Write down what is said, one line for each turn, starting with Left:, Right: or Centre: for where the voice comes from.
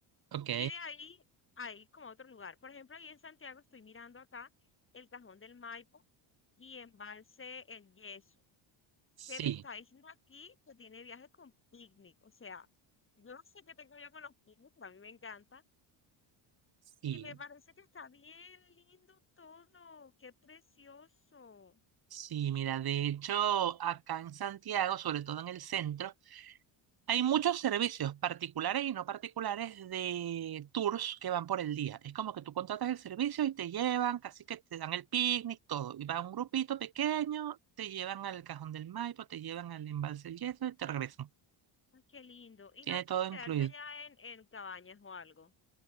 Right: ok.
Left: y de ahí a ir como a otro lugar. Por ejemplo, ahí en Santiago estoy mirando acá el Cajón del Maipo y Embalse El Yeso.
Right: Sí,
Left: que me está diciendo aquí que tiene viaje con picnic. O sea, yo no sé qué tengo yo con los picnics, pero a mí me encanta.
Right: sí,
Left: Y me parece que está bien lindo todo. Qué precioso.
Right: sí, mira, de hecho, acá en Santiago, sobre todo en el centro, hay muchos servicios particulares y no particulares de tours que van por el día. Es como que tú contratas el servicio y te llevan, casi que te dan el picnic, todo. Y va un grupito pequeño, te llevan al Cajón del Maipo, te llevan al Embalse del Yeso y te regresan.
Left: Ay, qué lindo. Y
Right: Tiene
Left: no hay
Right: todo
Left: como quedarte
Right: incluido.
Left: allá en, en cabañas o algo.